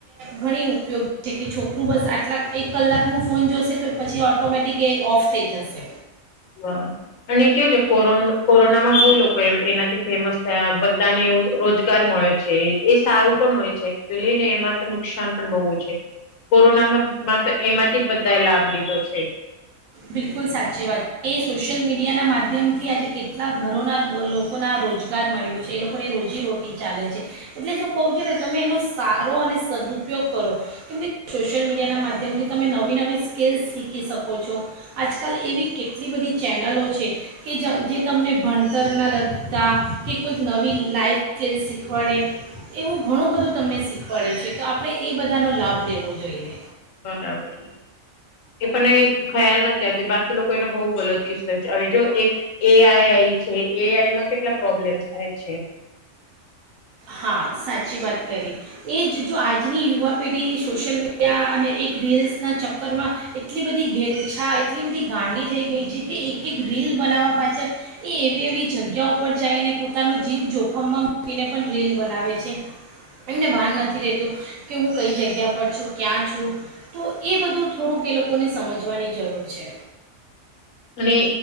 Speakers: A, on the right (about 75°); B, on the left (about 75°).
A: ઘણી ઉપયોગી છે કે છોકરું બસ આટલા એક કલાકનું ફોન જોશે તો પછી ઓટોમેટિક એ ઓફ થઈ જશે
B: હ અને કેવું છે કોરો કોરોનામાં બહુ લોકો એનાથી ફેમસ થયા બધાને એવું રોજગાર મળ્યો છે એ સારું પણ હોય છે એકચુલી ને એમાં તો નુકસાન પણ બહુ છે કોરોના તો એમાંથી જ બધા એ લાભ લીધો છે.
A: બિલકુલ સાચી વાત છે એ સોશિયલ મીડિયાના માધ્યમથી આજે કેટલા ઘરોના લોકોના રોજગાર મળ્યો છે એ લોકોને રોજીરોટી ચાલે છે એટલે જે હું કહું છું ને તમે એનો સારો અને સદઉપયોગ કરો કેમ કે સોશિયલ મીડિયાના માધ્યમથી તમે નવી નવી સ્કીલ્સ શીખી શકો છો. આજકાલ એવી કેટલી બધી ચેનલો છે કે જે તમને ભણતરના લગતા કે કોઈક નવી લાઈવ સ્કલ શીખવાડે એવું ઘણું બધું તમને શીખવાડે છે તો આપણે એ બધાનો લાભ લેવો જોઈએ.
B: બરાબર. એ પણ એ ખ્યાલ નથી આવતી બાકી લોકો એને બહુ ગલતી હવે જો એ એઆઈઆઈ છે એઆઈમાં કેટલા પ્રોબ્લેમ થાય છે.
A: હા સાચી વાત કરી એ જ જો આજની યુવા પેઢી સોશિયલ મીડિયા અને એક રીલ્સના ચક્કરમાં એટલી બધી ઘેલછા એટલી બધી ગાંડી થઈ ગઈ છે કે એક એક રીલ બનાવવા પાછળ એ એવી એવી જગ્યા પરર જઈને પોતાનો જીવ જોખમમાં મૂકીને રીલ બનાવે છે એમને ભાન નથી રહેતું કે હું કઈ જગ્યા પર છું ક્યાં છું તો એ બધું થોડુંક એ લોકોને સમજવાની જરૂર છે.
B: અને